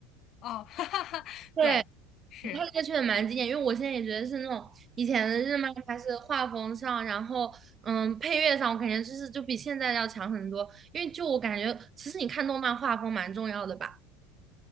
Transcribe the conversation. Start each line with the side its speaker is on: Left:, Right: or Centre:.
Left: 哦，<laughs> 哈哈哈，
Right: 对，
Left: 对，是，
Right: 你看这个确实蛮经典，因为我现在也觉得是那种以前的日漫，它是画风上，然后嗯，配乐上，我感觉就是就比现在要强很多。因为就我感觉，其实你看动漫画风蛮重要的吧。